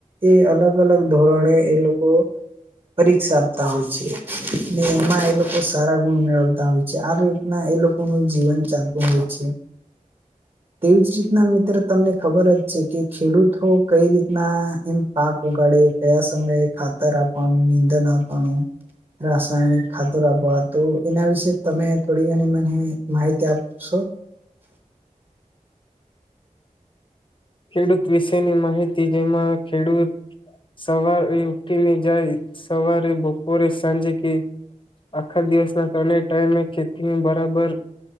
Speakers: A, on the right; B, on the left.
A: એ અલગ અલગ ધોરણે એ લોકો પરીક્ષા આપતા હોય છે ને એમાં એ લોકો સારા ગુણ મેળવતા હોય છે. આ રીતના એ લોકો નું જીવન ચાલતું હોય છે. તેવી જ રીતના મિત્ર તમને ખબર જ છે કે ખેડૂતો કઈ રીતના એમ પાક ઉગાડે, કયા સમયે ખાતર આપવાનું, નિંદન આપવાનું. રાસાયણિક ખાતર આપવા તો એના વિશે તમે થોડી ઘણી મને માહિતી આપશો?
B: ખેડૂત વિશેની માહિતી જેમાં ખેડૂત સવારે ઉઠીને જાય સવારે, બપોરે, સાંજે કે આખા દિવસના ત્રણેય ટાઈમે ખેતીની બરાબર